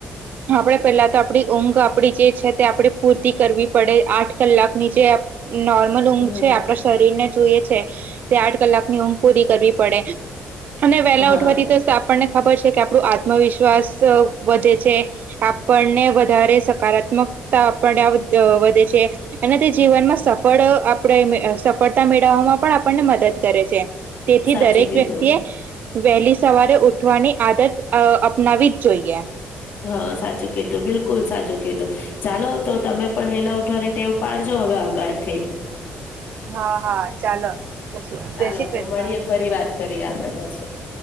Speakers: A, on the right; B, on the left.
A: આપણે પેલા તો આપણી ઊંઘ આપડી જે છે, તે આપણે પૂરતી કરવી પડે આઠ કલાકની જે નોર્મલ ઊંઘ
B: હ
A: છે, આપણા શરીર ને જ જોઈએ છે, તે આઠ કલાક ની ઊંઘ પૂરી કરવી પડે અને વહેલા
B: હા
A: ઉઠવાથી. તો આપણને ખબર છે, કે આપણું આત્મવિશ્વાસ વધે છે, આપણને વધારે સકારાત્મક આપ વધે છે, અને તે જીવનમાં સફળ આપણે સફળ મેળવવામાં પણ આપણને મદદ કરે છે, તેથી
B: સાચું
A: દરેક
B: કીધું.
A: વ્યક્તિએ વહેલી સવારે ઉઠવાની આદત અપનાવી જ જોઈએ
B: હા, સાચું કીધું બિલકુલ સાચું કીધું ચાલો, તો તમે પણ વેલા ઉઠવાને ટેવ પાડજો હવે આથી
A: હા, હા ચાલ પછી, જય
B: ચાલો
A: શ્રી કૃષ્ણ
B: તો મળીએ ફરી વાત કરીએ આપડે પછી